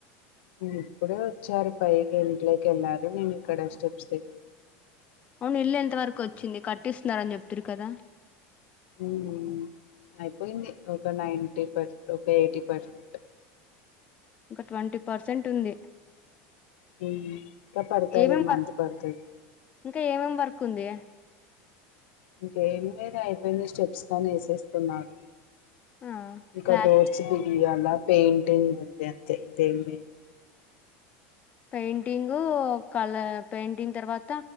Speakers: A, on the left; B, on the left.
A: ఉమ్ ఇప్పుడే వచ్చారు పైకి ఇంట్లోకి వెళ్ళారు నేను ఇక్కడ స్టెప్స్ దగ్గ
B: అవును ఇల్లు ఎంత వరకు వొచ్చింది కట్టిస్తున్నరు అని చేప్తిరి కదా
A: ఊ ఉమ్ అయిపోయింది ఒక నైన్టీ పర్స ఒక ఎయిటి పర్సెంట్
B: ఇంకా ట్వంటీ పర్సెంట్ ఉంది
A: ఇంకా పడుతది
B: ఏమేం
A: ఈ మంత్
B: వర్క్
A: పడుతుంది
B: ఇంకా ఏమేం వర్క్ ఉంది
A: ఇంకేం మీద అయిపోయింది స్టెప్స్ కానీ వేసేస్తున్నాడు
B: ఆ
A: ఇక
B: ప్లాస్
A: డోర్స్ బుల్ లా పెయింటింగ్ ఉంది అంతే ఇంకా ఏంలేదు
B: పెయింటింగ్ కల పెయింటింగ్ తర్వాత